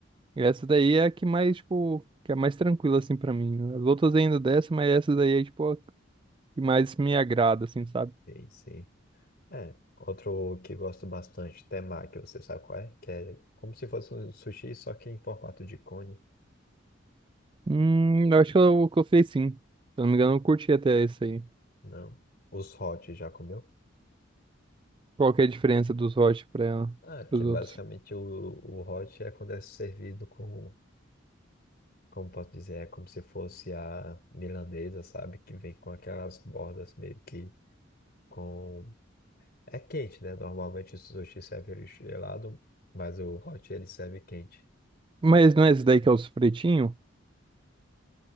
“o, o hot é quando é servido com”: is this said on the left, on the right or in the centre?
Left